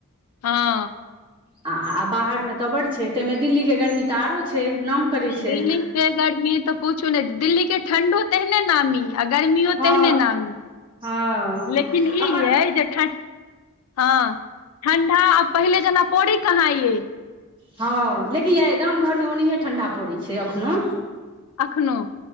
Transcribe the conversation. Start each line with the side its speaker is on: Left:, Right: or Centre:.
Left: हँ
Right: आ आ बाहर मे तऽ बड्ड छै ताहिमे दिल्ली के गर्मी तऽ आरो छै नाम करैत छै
Left: दिल्ली के गर्मी तऽ पूछू नै दिल्ली के ठण्डो तेहने नामी आ गर्मियो
Right: हँ
Left: तेहने नामी
Right: हँ
Left: लेकिन ई
Right: अपन
Left: यै जे ठण्डा हँ ठण्डा आब पहिले जेना पौरैय कहाँ यै
Right: हँ लेकिन यइ गाम घरमे ओनाहिये ठण्डा पड़ैत छै एखनो
Left: अखनो